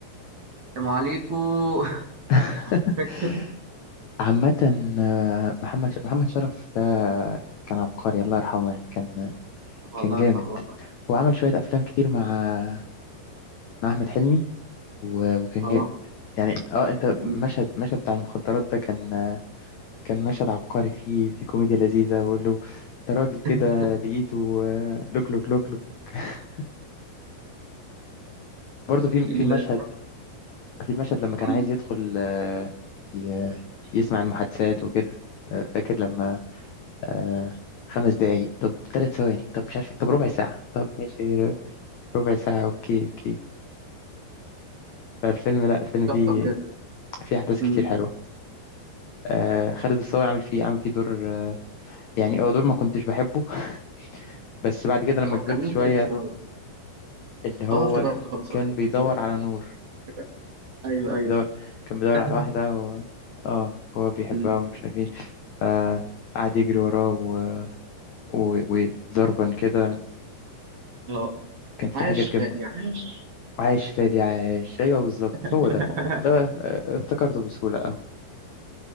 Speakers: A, on the right (about 40°); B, on the left (about 85°).
A: يا ام عليكو <laughs>
B: <laughs>
A: فاكر؟
B: عامة آه، محمد ش- محمد شرف ده كان عبقري الله يرحمه يعني كان
A: الله
B: كان جامد
A: يرحمه والله
B: وعمل شوية أفلام كتير مع مع أحمد حلمي و... وكان
A: اه
B: جامد يعني اه انت
A: مم.
B: مشهد مشهد بتاع المخدرات ده كان كان مشهد عبقري فيه في كوميديا لذيذة ويقول له ده راجل كده
A: <laughs>
B: لقيته آه، لوك لوك لوك لوك <laughs> برضه في
A: ال-
B: في المشهد في المشهد لما كان
A: قول
B: عايز
A: لي
B: يدخل آه، ي- يسمع المحادثات وكده آه، فاكر لما آه، خمس دقايق طب ثلاث ثواني طب مش عارف إيه، طب ربع ساعة طب ماشي ربع ساعة اوكي اوكي فالفيلم لا الفيلم
A: تحفه
B: فيه
A: بجد
B: في احداث
A: مم.
B: كتير حلوه آه خالد الصاوي عامل فيه عامل فيه دور آه، يعني اه دور ما كنتش بحبه <laughs> بس بعد كده لما
A: هو
B: كبرت
A: كان مين
B: شويه
A: خالد الصاوي؟
B: اللي هو
A: اه افتكرت خلاص سوري
B: كان بيدور
A: سوري
B: على نور
A: افتكرت ايوه
B: كان
A: ايوه
B: بيدور كان بيدور
A: <laughs>
B: على واحده و... اه هو بيحبها
A: مم.
B: ومش عارف ايه آه قعد يجري وراه و... و... وضربا كده
A: اه
B: كان في
A: عاش
B: حاجات جامده
A: فادي عاش
B: وعايش فادي عايش ايوه بالظبط
A: <laughs>
B: هو ده آه، آه، افتكرته بسهوله اهو